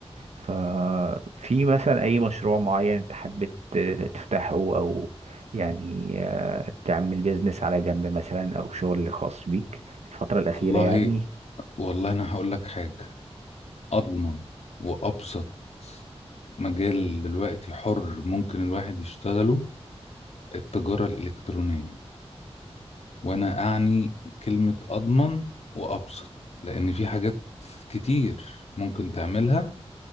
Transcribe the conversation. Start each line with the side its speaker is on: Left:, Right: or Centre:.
Right: ففي مثلا أي مشروع معين انت حبيت تفتحه أو يعني آه، تعمل بيزنس على جنب مثلا أو شغل خاص بيك الفترة الأخيرة
Left: والله
Right: يعني
Left: والله انا هقول لك حاجة اضمن وابسط مجال دلوقتي حر ممكن الواحد يشتغله التجارة الإلكترونية وانا اعني كلمة اضمن وابسط لان في حاجات كتير ممكن تعملها